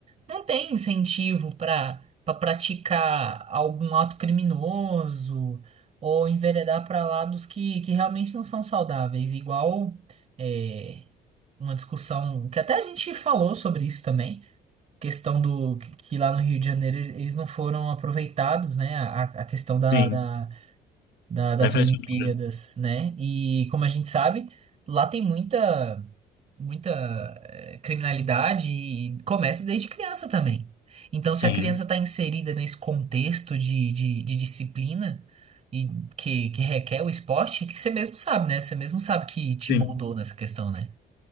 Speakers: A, on the right; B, on the left.
A: não tem incentivo para para praticar algum ato criminoso ou enveredar para lados que, que realmente não são saudáveis. Igual é, uma discussão que até a gente falou sobre isso também, questão do que lá no Rio de Janeiro eles não foram aproveitados, né? A, a questão da,
B: sim,
A: da, da- das
B: da infraestrutura.
A: Olimpíadas, né? E como a gente sabe, lá tem muita muita eh, criminalidade e começa desde criança também. Então,
B: Sim,
A: se a criança está inserida nesse contexto de, de, de disciplina e que, que requer o esporte, que você mesmo sabe, né? Você mesmo sabe que te
B: sim.
A: moldou nessa questão, né?